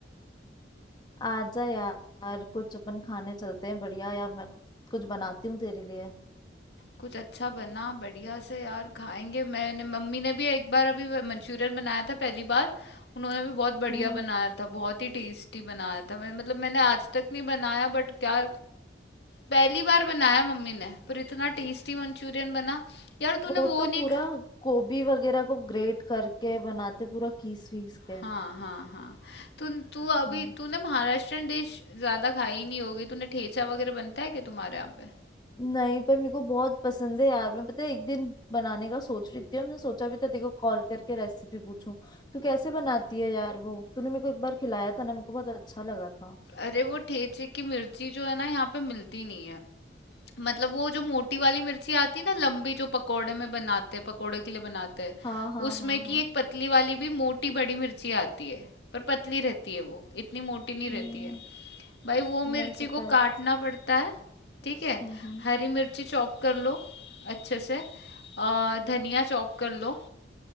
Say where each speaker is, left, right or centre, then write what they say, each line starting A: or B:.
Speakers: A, on the left (about 25°); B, on the left (about 65°).
A: आजा यार कुछ अपन खाने चलते हैं बढ़िया या मैं कुछ बनाती हूँ तेरे लिए
B: कुछ अच्छा बना बढ़िया से यार खाएँगे। मैंने मम्मी ने भी एक बार अभी व मंचूरियन बनाया था पहली बार। उन्होंने भी बहुत बढ़िया
A: हम्म हम्म।
B: बनाया था, बहुत ही टेस्टी बनाया था। मैं मतलब मैंने आज तक नहीं बनाया बट क्या पहली बार बनाया मम्मी ने, पर इतना टेस्टी मंचूरियन बना। यार तूने
A: वो
B: वो
A: तो पूरा
B: नहीं ख
A: गोभी वगैरह को ग्रेट करके बनाते पूरा खीस वीस के
B: हाँ हाँ हाँ तू तू अभी
A: हम्म
B: तूने महाराष्ट्रन डिश ज्यादा खाई नहीं होगी तूने ठेचा वगैरह बनता है क्या तुम्हारे यहाँ पे
A: नहीं पर मेरे को बहुत पसंद है यार मैं पता है एक दिन बनाने का सोच रही थी और मैंने सोचा भी था तेरे को कॉल करके रेसिपी पूछूं तू कैसे बनाती है यार वो तूने मेरे को एक बार खिलाया था ना मेरे को बहुत अच्छा लगा था
B: अरे वो ठेचे की मिर्ची जो है ना यहाँ पे मिलती नहीं है मतलब वो जो मोटी वाली मिर्ची आती है ना लंबी जो पकोड़े में बनाते हैं पकोड़े के लिए बनाते हैं
A: हाँ हाँ
B: उसमें
A: हाँ
B: की
A: हाँ
B: एक पतली वाली भी मोटी बड़ी मिर्ची आती है पर पतली रहती है वो इतनी मोटी नहीं रहती
A: हम्म
B: है भाई वो मिर्ची
A: नहीं पता
B: को
A: है
B: काटना पड़ता है ठीक है
A: हम्म हम्म
B: हरी मिर्ची चॉप कर लो अच्छे से और धनिया चॉप कर लो